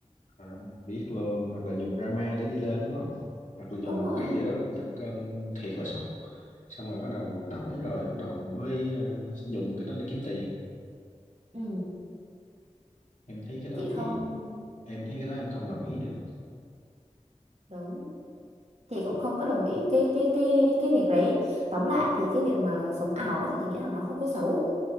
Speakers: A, on the left; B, on the right.
A: à, biết luôn hoặc là dùng drama để đi lên đúng không hoặc là dùng
B: đúng
A: một
B: rồi
A: cái gì đó giật gân thiệt là sốc xong rồi bắt đầu nổi rồi bắt đầu mới ờ, dùng cái đó để kiếm tiền
B: ừ
A: em thấy cái đó
B: chị
A: thì
B: không
A: em thấy cái đó em không đồng ý được
B: đúng chị cũng không có đồng ý cái cái cái cái việc đấy tóm lại thì cái việc mà sống ảo ấy thì chị nghĩ là nó không có xấu